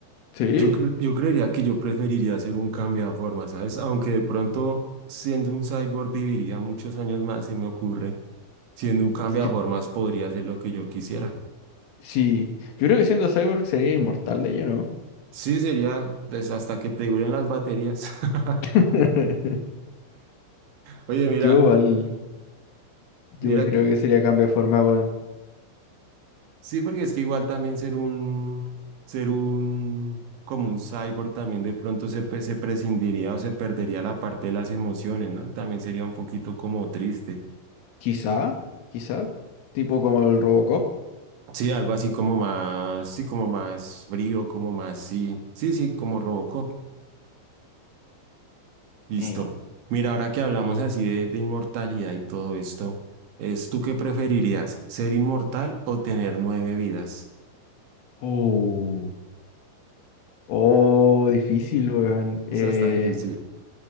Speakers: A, on the left; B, on the right.
A: Sí,
B: Yo, cre- yo creería que yo preferiría hacer un cambio de forma, ¿sabes? Aunque de pronto siendo un cyborg viviría muchos años más, se me ocurre. Siendo un cambio
A: yo-
B: de formas podría hacer lo que yo quisiera.
A: sí. Yo creo que siendo cyborg sería inmortal de ello, ¿no?
B: Sí, sería pues, hasta que te duren las baterías. <laughs>
A: <laughs>
B: Oye, mira,
A: Yo igual,
B: mira
A: yo igual creo
B: que
A: que sería cambia forma bueno,
B: sí, porque es que igual también ser un, ser un, como un cyborg también de pronto se, pe- se prescindiría o se perdería la parte de las emociones, ¿no? También sería un poquito como triste.
A: quizá, quizá, tipo como el Robocop.
B: Sí, algo así como más, sí, como más frío, como más, sí, sí, sí, como Robocop. Listo.
A: Eh.
B: Mira, ahora que hablamos así de, de inmortalidad y todo esto, ¿es tú qué preferirías, ser inmortal o tener nueve vidas?
A: Oh, oh, difícil, weón. Eh,
B: Esa está difícil.